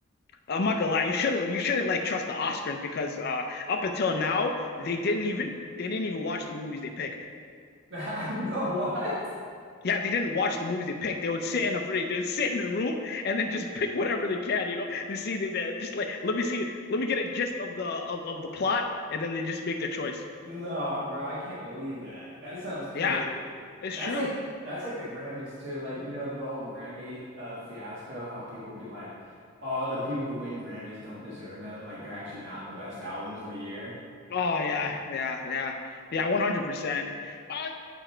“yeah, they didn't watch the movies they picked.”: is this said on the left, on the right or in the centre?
Left